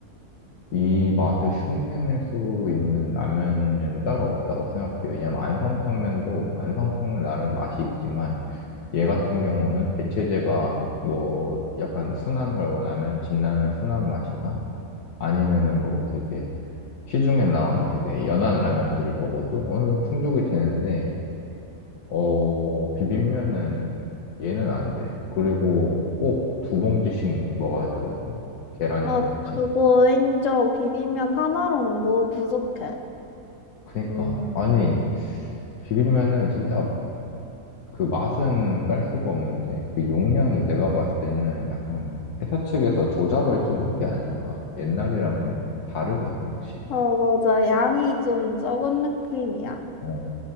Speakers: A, on the left; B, on the left.
A: 이 맛을 흉내낼 수 있는 라면은 따로 없다고 생각해요. 왜냐면 안성탕면도 안성탕면 나름의 맛이 있지만 얘 같은 경우는 대체제가 뭐 약간 순한 걸 원하면 진라면 순한 맛이나 아니면은 뭐 되게 시중에 나온 되게 연한 라면들을 먹어도 어느 정도 충족이 되는데 어 비빔면은 얘는 안 돼. 그리고 꼭 두 봉지씩 먹어야 되거든. 계란이랑
B: 어,
A: 같이.
B: 그거 인정. 비빔면 하나로는 너무 부족해.
A: 그니까
B: 음,
A: 아니 비빔면은 진짜 그 맛은 깔 수가 없는데 그 용량이 내가 봤을 때는 약간 회사 측에서 조작을 좀 한 게 아닌가. 옛날이랑 좀 다르거든, 확실히.
B: 어, 맞아. 양이 좀 적은 느낌이야.
A: 어.